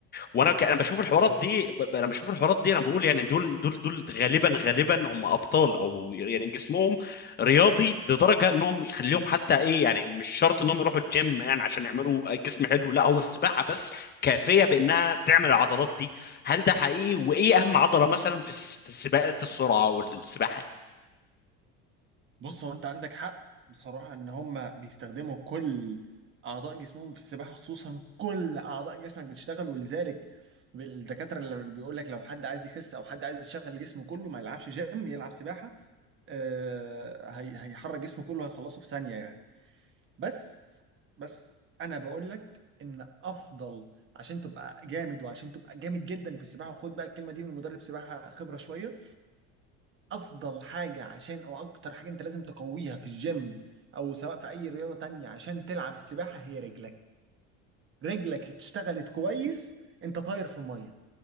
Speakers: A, on the left; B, on the right.
A: وانا ك... انا بشوف الحوارات
B: بالظبط
A: دي ب... ب- انا بشوف الحوارات دي انا بقول يعني دول دول دول غالبا غالبا هم ابطال او يعني جسمهم رياضي لدرجه انهم يخليهم حتى ايه يعني مش شرط انهم يروحوا الجيم يعني عشان يعملوا جسم حلو لا هو السباحه بس كافيه بانها تعمل العضلات دي هل ده حقيقي وايه اهم عضله مثلا في الس... في السباقات السرعه والسباحه
B: بص هو انت عندك حق بصراحة ان هم بيستخدموا كل اعضاء جسمهم في السباحة خصوصا كل اعضاء جسمك بتشتغل ولذلك الدكاترة اللي بيقول لك لو حد عايز يخس او حد عايز يشغل جسمه كله ما يلعبش جيم يلعب سباحة آه هي هيحرك جسمه كله هيخلصه في ثانية يعني بس بس انا بقول لك ان افضل عشان تبقى جامد وعشان تبقى جامد جدا في السباحة وخد بقى الكلمة دي من مدرب سباحة خبرة شوية افضل حاجه عشان او اكتر حاجه انت لازم تقويها في الجيم او سواء في اي رياضه تانية عشان تلعب السباحه هي رجلك رجلك اشتغلت كويس انت طاير في الميه